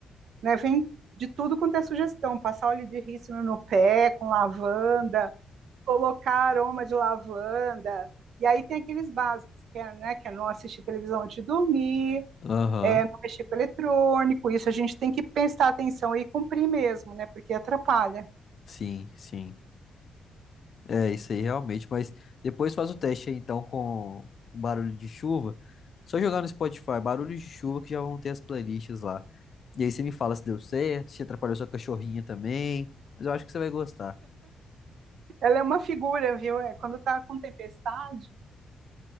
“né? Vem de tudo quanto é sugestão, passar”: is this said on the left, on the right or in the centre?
Right